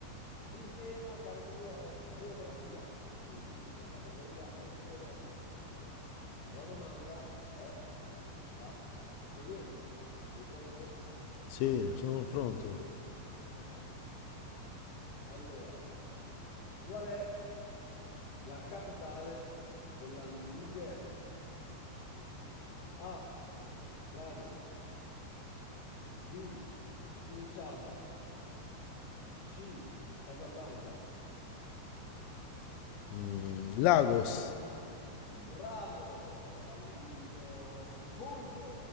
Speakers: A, on the left (about 60°); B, on the left (about 80°).
A: Il tema, caro mio, è geografia, quindi la categoria è geografia. E la domanda è la seguente. Sei pronto?
B: Sì, sono pronto.
A: <laughs> Allora, qual è la capitale della Nigeria? A. Lagos. B. Kinshasa. C. Casablanca.
B: Mm, Lagos,
A: Bravo! Hai vinto un punto!